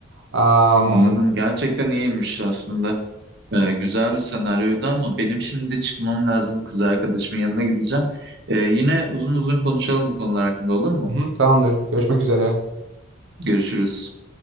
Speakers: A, on the right; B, on the right.
A: Am,
B: Anladım. Gerçekten iyiymiş aslında. Ee, güzel bir senaryoydu ama benim şimdi çıkmam lazım. Kız arkadaşımın yanına gideceğim. Ee, yine uzun uzun konuşalım bu konular hakkında olur mu?
A: hı, tamamdır. Görüşmek üzere.
B: Görüşürüz.